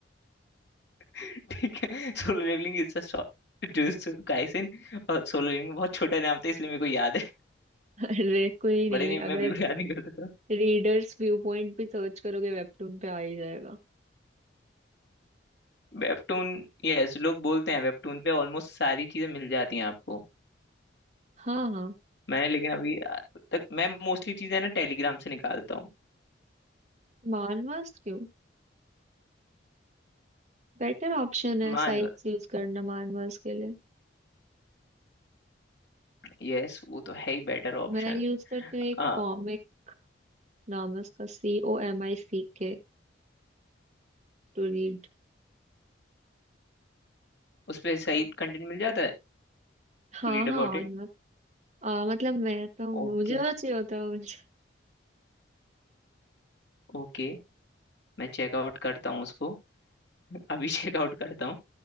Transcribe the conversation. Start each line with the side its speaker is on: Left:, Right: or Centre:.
Left: <laughs> ठीक है solo levelling is a short Jujutsu Kaisen और सोलो लेवलिंग बहुत छोटा नाम था इसलिए मेरे को याद है <laughs>
Right: अरे कोई नहीं
Left: बड़े नेम मैं
Right: अगर
Left: बिल्कुल याद नहीं कर सकता
Right: रीडर्स व्यू पॉइंट भी सर्च करोगे वेबटून पे आ ही जाएगा
Left: वेबटून यस लोग बोलते हैं वेबटून पे ऑलमोस्ट सारी चीजें मिल जाती हैं आपको
Right: हाँ हाँ
Left: मैंने लेकिन अभी तक मैं मोस्टली चीजें ना टेलीग्राम से निकालता
Right: मानवास क्यों बेटर ऑप्शन है
Left: हूँ
Right: साइट्स यूज करना मानवास के लिए
Left: यस वो तो है ही बेटर ऑप्शन
Right: मैं यूज करती हूँ एक
Left: आ,
Right: कॉमिक नाम है उसका C O M I C K to read
Left: उस पे सही कंटेंट मिल जाता है
Right: हाँ
Left: To read
Right: हाँ
Left: about
Right: और
Left: it
Right: मत, आ, मतलब मैं तो
Left: Okay
Right: मुझे तो चाहिए होता है मुझे
Left: Okay मैं चेकआउट करता हूँ उसको <laughs> अभी चेकआउट करता हूँ